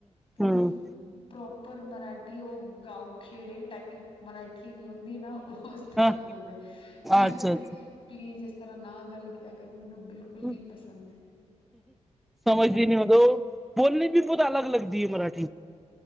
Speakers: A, on the left (about 50°); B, in the centre.
A: ਪੂਰ
B: ਹੂ।
A: ਪ੍ਰੋਪਰ ਮਰਾਠੀ ਉਹ ਗਾਉ ਖੇੜੇ ਟਾਈਪ ਮਰਾਠੀ ਹੁੰਦੀ ਨਹੀਂ ਉਹ ਵੱਖਰਾ
B: ਹਾਂ ਹਾਂ,
A: ਬੋਲਦੇ ਮੈਂ
B: ਅੱਛਾ
A: ਬੋਲਦੀ
B: ਅੱਛਾ
A: ਪਲੀਜ ਇਸ ਤਰਾਂ ਨਾ ਗੱਲ ਕਿਆ ਕਰੂ ਮੈਨੂੰ ਬਿਲਕੁਲ ਨਹੀਂ
B: ਹਮ।
A: ਪਸੰਦ
B: ਸਮਝਦੀ ਨੀ ਉਦੋਂ, ਬੋਲਣੀ ਵੀ ਬਹੁਤ ਅਲੱਗ ਲੱਗਦੀ ਏ ਮਰਾਠੀ।